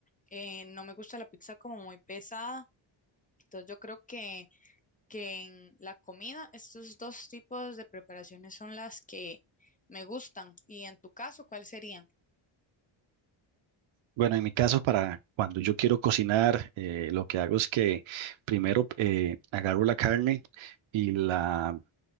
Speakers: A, on the left; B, on the right.
A: eh, no me gusta la pizza como muy pesada. Entonces yo creo que, que en la comida estos dos tipos de preparaciones son las que me gustan. Y en tu caso, ¿cuáles serían?
B: Bueno, en mi caso, para cuando yo quiero cocinar, eh, lo que hago es que primero eh, agarro la carne y la